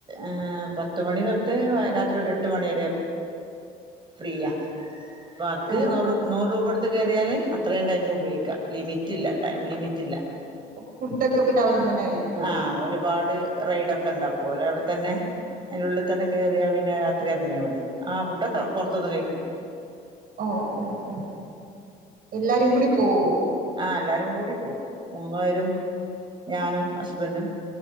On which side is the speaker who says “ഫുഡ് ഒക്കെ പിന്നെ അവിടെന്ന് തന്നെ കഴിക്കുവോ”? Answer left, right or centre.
Right